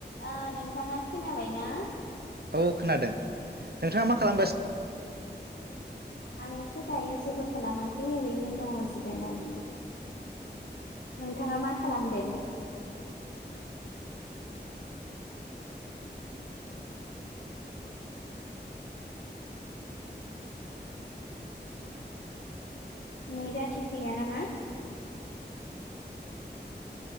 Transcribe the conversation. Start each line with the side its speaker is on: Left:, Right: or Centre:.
Left: औ नोंथाङा खोनाबाय ना
Right: औ खोनादों नोंथाङा मा खालामगासि
Left: आङोथ' दायो जेबो खालामाखै ओरैनो दङ जिरायनानै। नोंथाङा मा खालामदों? नेट दा थिग गैया नामा?